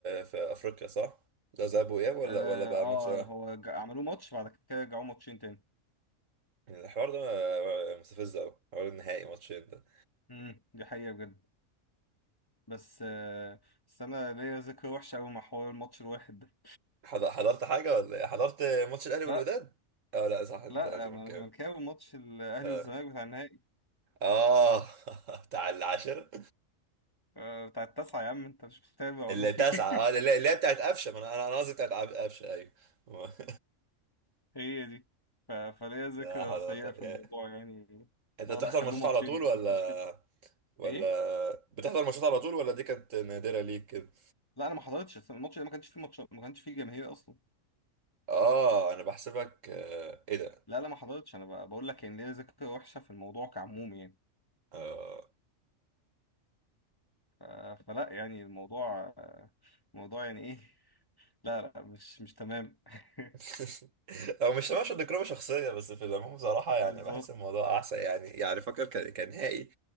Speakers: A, on the right; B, on the left.
A: في افريقيا صح؟ ده ذهاب واياب ولا
B: اه
A: ولا بقى
B: آه،
A: ماتش واحد؟
B: هو ج- عملوه ماتش بعد كده رجعوه ماتشين تاني
A: يعني الحوار ده مستفز قوي حوار النهائي ماتشين ده
B: امم دي حقيقة بجد بس آه، بس انا ليا ذكرى وحشه قوي مع حوار الماتش الواحد ده
A: حض- حضرت حاجة ولا ايه؟ حضرت ماتش الأهلي والوداد؟
B: لا
A: اه لا صح انت
B: لا
A: زملكاوي
B: ما انا زملكاوي ماتش الاهلي
A: اه
B: والزمالك بتاع النهائي
A: اه <laughs> بتاع العاشرة
B: آه، بتاع التاسعه يا عم انت مش بتتابع
A: اللي
B: ولا
A: تسعة
B: ايه
A: اه اللي اللي هي بتاعت قفشة ما انا انا أنا قصدي بتاعت عب- قفشة ايوه <laughs>
B: <laughs> هي دي ف- فليا ذكرى
A: لا حضرت
B: سيئه في الموضوع
A: يا.
B: يعني
A: انت
B: لا
A: بتحضر
B: لا خلوه
A: ماتشات
B: ماتشين
A: على طول ولا
B: مش كده
A: ولا
B: ايه
A: بتحضر ماتشات على طول ولا دي كانت نادرة ليك كده؟
B: لا انا ما حضرتش الماتش ده ما كانش فيه ماتش ما كانش فيه جماهير اصلا
A: اه انا بحسبك آه، ايه ده؟
B: لا لا ما حضرتش انا بق- بقول لك ان ليا ذكرى وحشه في الموضوع كعموم يعني
A: اه
B: ف- فلا يعني الموضوع آه، الموضوع يعني ايه لا لا مش مش تمام <laughs>
A: <laughs> هو مش مش ذكرى شخصية بس في العموم بصراحة يعني
B: بالظبط
A: بحس الموضوع أحسن يعني يعني فاكر كان كان نهائي